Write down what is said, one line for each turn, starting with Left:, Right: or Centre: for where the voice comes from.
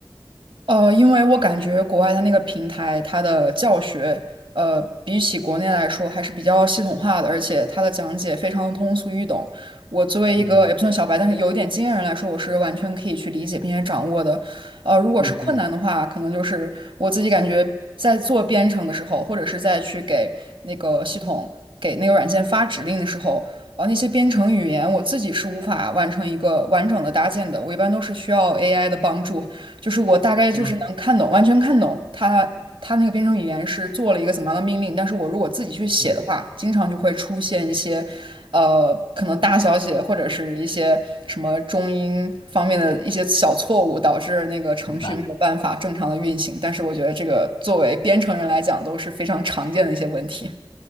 Right: 呃，因为我感觉国外它那个平台，它的教学，呃，比起国内来说还是比较系统化的，而且它的讲解非常的通俗易懂。我作为一个也不算小白，
Left: 嗯
Right: 但是有一点经验人来说，我是完全可以去理解并且掌握的。呃，如果是困难的话，
Left: 嗯嗯
Right: 可能就是我自己感觉在做编程的时候，或者是在去给那个系统、给那个软件发指令的时候，呃，那些编程语言我自己是无法完成一个完整的搭建的，我一般都是需要 AI 的帮助。就是我大概就是能看懂，
Left: 嗯
Right: 完全看懂它它那个编程语言是做了一个怎么样的命令，但是我如果自己去写的话，
Left: 嗯，
Right: 经常就会出现一些，呃，可能大小写或者是一些什么中英方面的一些小错误，导致那个程序没有办法正常的运行。
Left: 明白。
Right: 但是我觉得这个作为编程人来讲都是非常常见的一些问题。